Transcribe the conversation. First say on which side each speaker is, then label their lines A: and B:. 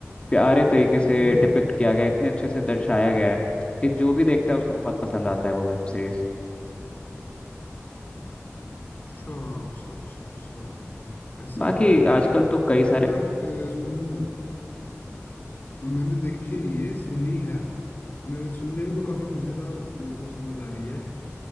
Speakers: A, on the left (about 25°); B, on the left (about 40°).
A: प्यारे तरीके से
B: हम्म
A: डिपिक्ट
B: हम्म,
A: किया गया है, इतने अच्छे से दर्शाया गया है कि जो भी देखता है उसको बहुत पसंद आता है वो वेब सीरीज
B: अच्छा अच्छा अच्छा अच्छा ऐसा
A: बाकी
B: है क्या
A: आजकल तो कई सारे
B: यार अ, सुन मैंने देखी नहीं है सुनी है अ, सुनने में तो काफी मजेदार मेरे को समझ आ रही है